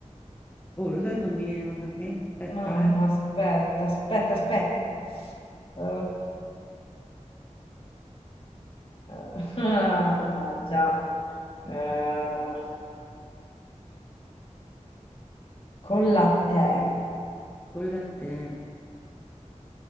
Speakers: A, on the left; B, on the left.
A: Oh, lo sai, non mi viene manca a me. Aspetta,
B: Mamma,
A: eh.
B: aspetta, aspetta, aspetta. Eh, eh, <laughs> mannaggia. Eh, con la te,
A: Con la te.